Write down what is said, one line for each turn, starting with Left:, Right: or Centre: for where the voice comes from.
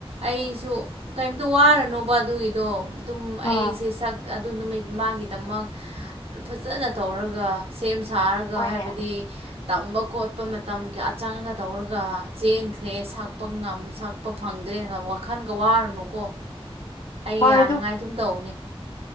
Right: ꯑꯩꯁꯨ ꯀꯩꯝꯇ ꯋꯥꯔꯅꯣꯕ ꯑꯗꯨꯒꯤꯗꯣ ꯑꯗꯨꯝ
Left: ꯑꯥ
Right: ꯑꯩꯁꯦ ꯁꯛ ꯑꯗꯨ ꯅꯨꯃꯤꯠ ꯃꯥꯒꯤꯗꯃꯛ ꯐꯖꯅ ꯇꯧꯔꯒ ꯁꯦꯝ ꯁꯥꯔꯒ
Left: ꯍꯣꯏꯅꯦ
Right: ꯍꯥꯏꯕꯗꯤ ꯇꯝꯕ ꯈꯣꯠꯄ ꯃꯇꯝꯒ ꯀꯆꯥ ꯆꯡꯉꯒ ꯇꯧꯔꯒ ꯆꯦꯟꯈ꯭ꯔꯦ ꯁꯛꯄ ꯉꯝ ꯁꯛꯄ ꯐꯪꯗ꯭ꯔꯦ ꯋꯥꯈꯜꯒ ꯋꯥꯔꯨꯅꯨꯀꯣ ꯑꯩ
Left: ꯍꯣꯏ
Right: ꯌꯥꯅꯉꯥꯏ
Left: ꯑꯗꯨ
Right: ꯑꯗꯨꯝ ꯇꯧꯅꯤ